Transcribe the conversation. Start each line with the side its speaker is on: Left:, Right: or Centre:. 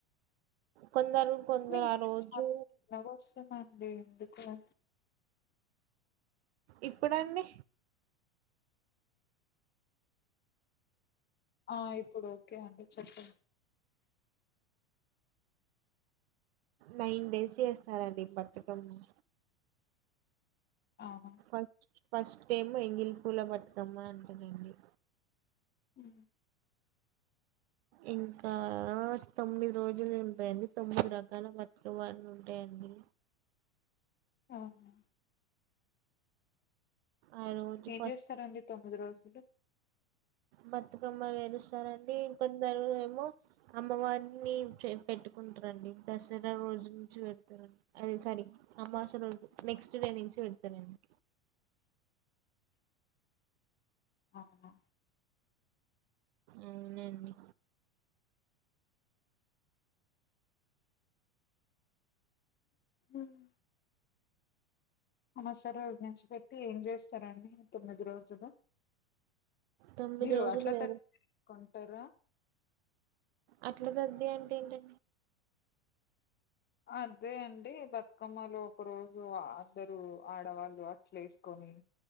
Right: కొందరు
Left: మీ మ
Right: ఆ రోజు
Left: అంటే ఎందు కూడా
Right: ఇప్పుడుండి
Left: ఆ ఇప్పుడు ఓకే అండి చెప్పండి
Right: నైన్ డేస్ చేస్తారంండి బతుకన్న
Left: అవునా
Right: అ ఫస్ట్ ఏమొ ఎంగిలి పూల బతుకమ్మ అంటరండి
Left: ఉ
Right: ఇంకా తొమ్మిది రోజులు ఉంటాయండి తొమ్మిది రకాల బతుకమ్మ ఉంటాయండి
Left: అవున
Right: ఆ రోజు
Left: ఏం చేస్తారండి తొమ్మిది రోజులు
Right: బతుకమ్మలు వేలుస్తారండి కొందరు ఏమో అమ్మవారిని పెట్టుకుంటారండి దసరా రోజు నుంచి పెడతారండి అది సరిగ అమావాస్య రోజు నెక్స్ట్ డే నుంచి పెడతారండి
Left: అవును
Right: అవునండి
Left: ఉమ్. అమాస రోజు నుంచి పెట్టి ఏం చేస్తారండి తొమ్మిది రోజులు
Right: తొమ్మిది
Left: మీరు
Right: రోజులు
Left: అట్లా
Right: వేరే
Left: త కుంటర
Right: అట్లా తద్ది అంటే ఏంటండి
Left: అదే అండి బతుకమ్మలో ఒక రోజు అ అందరు ఆడవాళ్ళు అట్లేసుకొని